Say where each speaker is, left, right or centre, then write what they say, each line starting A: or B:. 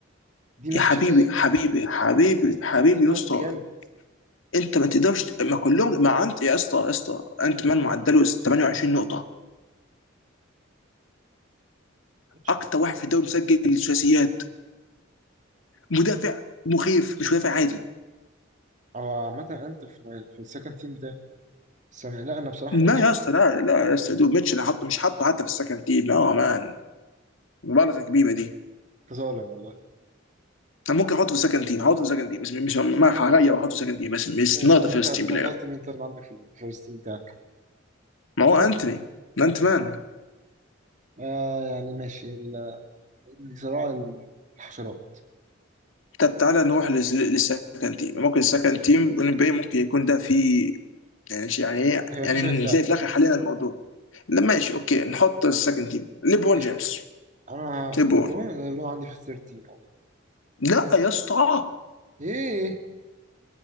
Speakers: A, on the right; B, on the left.
A: دي ماتش
B: يا حبيبي
A: لعب
B: حبيبي حبيبي
A: اتليست
B: حبيبي
A: 60
B: يا
A: ماتش
B: اسطى
A: جامد
B: انت ما تقدرش ت- ما كلهم ما انت يا اسطى يا اسطى انت مان معدله 28 نقطه
A: ماشي
B: اكتر واحد في الدوري مسجل ثلاثيات مدافع مخيف مش مدافع عادي
A: او عامه انت في, في السكند تيم سامي لا انا بصراحه
B: لا
A: ميتش
B: يا اسطى لا لا يا اسطى دول ميتشل حطه مش حطه حتى في السكند تيم لا مان مبالغه كبيره دي
A: ظالم والله
B: انا ممكن احطه في السكند تيم احطه في السكند تيم بس مش ما هغير واحطه في السكند تيم بس مش
A: ماشي
B: نوت
A: طب
B: فيرست
A: انت انت
B: تيم بلاير
A: هتحط مين طيب عندك في الفيرست تيم بتاعك
B: ما هو
A: انت
B: انتوني
A: اوكي
B: انت مان
A: آه يعني ماشي ال- صراع الحشرات
B: طب تعالى نروح لل- للسكند تيم ممكن السكند تيم NBA ممكن يكون ده فيه يعني شيء يعني ايه
A: هيبقى
B: يعني
A: في شويه
B: نلاقي
A: لعب ده
B: في الاخر حلينا الموضوع لا ماشي اوكي نحط السكند تيم ليبرون
A: ماشي
B: جيمس
A: انا
B: ليبرون
A: ليبرون أنا ليبرون عندي في الثيرد تيم والله
B: لا يا اسطى
A: ايه